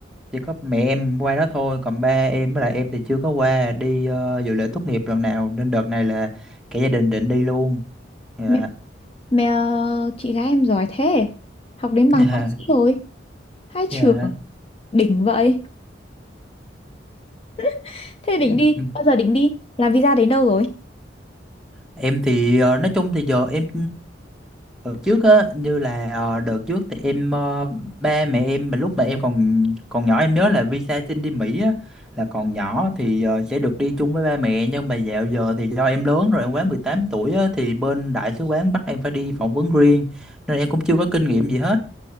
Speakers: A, in the centre; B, on the left (about 30°).
A: chỉ có mẹ em qua đó thôi còn ba em với lại em thì chưa có qua đi ờ, dự lễ tốt nghiệp lần nào nên đợt này là cả gia đình định đi luôn dạ
B: mẹ, mẹ ờ, chị gái em giỏi thế. Học đến bằng
A: dạ
B: thạc sĩ rồi. Hai
A: dạ
B: trường đỉnh vậy. <laughs> Thế định
A: <laughs>
B: đi, bao giờ định đi? Làm visa đến đâu rồi?
A: em thì ờ, nói chung thì giờ em Hồi trước á như là ờ, đợt trước thì em ờ, ba mẹ em mà lúc mà em còn còn nhỏ em nhớ là visa xin đi Mỹ á là còn nhỏ thì ờ, sẽ được đi chung với ba mẹ nhưng mà dạo giờ thì do em lớn rồi em quá 18 tuổi á thì bên đại sứ quán bắt em phải đi phỏng vấn riêng nên em cũng chưa có kinh nghiệm gì hết